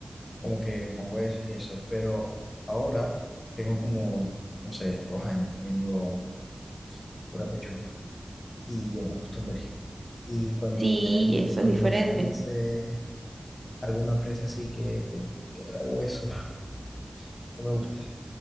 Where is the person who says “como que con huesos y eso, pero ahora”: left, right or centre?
Left